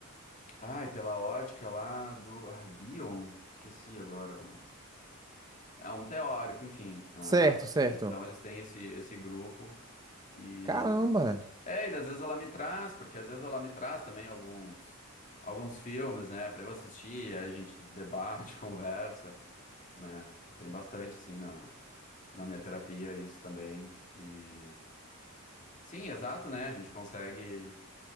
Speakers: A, on the left; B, on the right.
A: Ai, pela ótica lá do. Ai, Bion? Esqueci agora. um é um teórico, enfim, lá
B: Certo,
A: da área.
B: certo.
A: Então eles têm esse, esse grupo e
B: Caramba.
A: é, e às vezes ela me traz, porque às vezes ela me traz também alguns alguns filmes, né, para eu assistir, aí a gente debate, <laughs> conversa, né? Tem bastante sim na na minha terapia isso também e sim, exato, né? A gente consegue